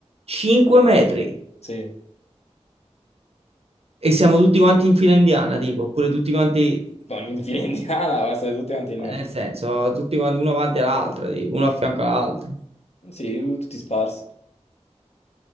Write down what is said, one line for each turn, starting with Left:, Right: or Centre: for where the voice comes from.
Right: 5 metri
Left: Sì.
Right: e siamo tutti quanti in fila indiana, tipo, oppure tutti quanti,
Left: Non in <laughs> fila indiana, ma state tutti quanti là.
Right: nel senso, tutti quanti uno avanti all'altro, tipo, uno a fianco all'altro.
Left: Sì, tutti sparsi,